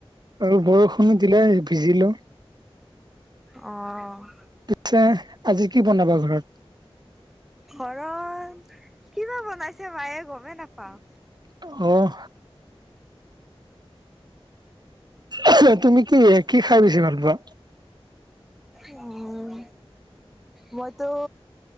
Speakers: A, on the right; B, in the centre.
A: আৰু বৰষুণো দিলে ভিজিলো।
B: অঁ-
A: পিছে আজি কি বনাবা ঘৰত?
B: ঘৰত কিবা বনাইছে মায়ে গমেই নাপাওঁ।
A: অহ! এহো তুমি কি কি খাই বেছি ভাল পোৱা।
B: উমঁ মইতো-